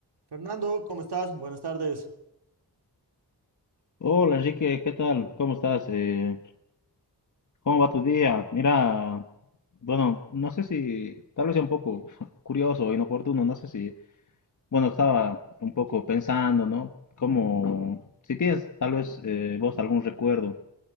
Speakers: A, on the right (about 80°); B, on the left (about 45°).
A: Fernando, ¿cómo estás? Buenas tardes.
B: Hola Enrique, ¿qué tal? ¿Cómo estás? Eh, ¿cómo va tu día? Mira, bueno, no sé si, tal vez sea un poco <laughs> curioso o inoportuno, no sé si, bueno, estaba un poco pensando, ¿no? Como, si tienes tal vez eh, vos algún recuerdo